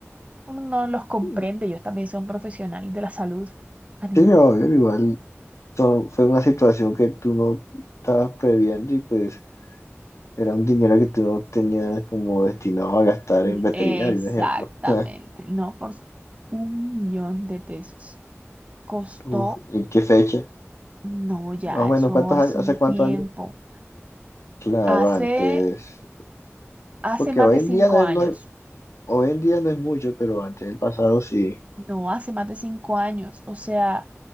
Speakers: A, on the right (about 30°); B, on the left (about 80°).
A: uno no los comprende,
B: Sí,
A: ellos también son profesionales de la salud animal.
B: obvio, igual so- fue una situación que tú no estabas previendo y pues Era un dinero que tú no tenías como destinado a gastar
A: Mm,
B: en veterinario,
A: Exactamente,
B: por ejemplo. <laughs>
A: no, por su- un millón de pesos. Costó,
B: Uf, ¿en qué fecha?
A: no, ya,
B: Más o menos,
A: eso
B: ¿cuántos
A: hace
B: años? ¿Hace
A: un
B: cuántos
A: tiempo,
B: años? Claro,
A: hace,
B: antes.
A: hace
B: Porque
A: más
B: hoy
A: de cinco
B: en día no es,
A: años.
B: no es- hoy en día no es mucho, pero antes del pasado sí.
A: No, hace más de cinco años, o sea,